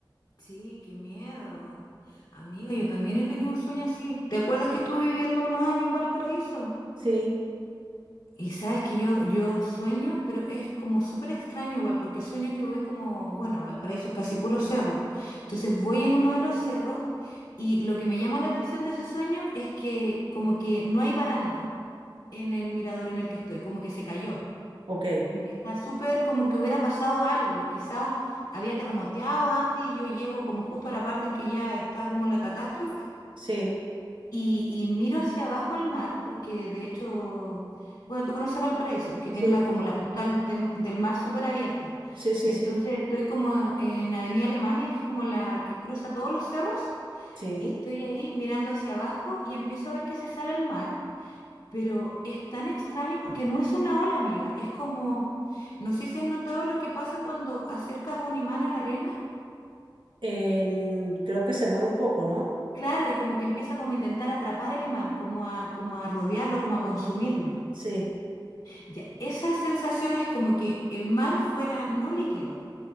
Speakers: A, on the left (about 70°); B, on the right (about 75°).
A: Sí, qué miedo. Amiga, yo también he tenido un sueño así. ¿Te acuerdas que estuve viviendo unos años en Valparaíso?
B: Sí,
A: Y sabes que yo, yo sueño, pero es como súper extraño igual, porque sueño que voy como, bueno, Valparaíso es casi puro cerro. Entonces voy en uno de los cerros y lo que me llama la atención de ese sueño es que como que no hay baranda en el mirador en el que estoy, como que se cayó.
B: ok,
A: Como que está súper, como que hubiera pasado algo. Quizás había terremoteado antes y yo llego como justo a la parte en que ya está como la catástrofe.
B: sí.
A: Y, y miro hacia abajo el mar, porque de hecho, bueno, tú conoces Valparaíso, porque
B: Sí,
A: tiene la, como la postal de m- del mar súper abierta.
B: sí, sí,
A: Entonces
B: sí,
A: estoy como en Avenida Alemania, que es como la que cruza todos los cerros,
B: sí.
A: y estoy ahí mirando hacia abajo y empiezo a ver que se sale el mar. Pero es tan extraño porque no es una ola, amiga. Es como, no sé si has notado lo que pasa cuando acercas un imán a la arena.
B: En- creo que se mueve un poco, ¿no?
A: Claro, y como que empieza como a intentar atrapar el imán, como a, como a rodearlo, como a consumirlo.
B: Sí.
A: Ya, esas sensaciones como que el mar fuera no líquido,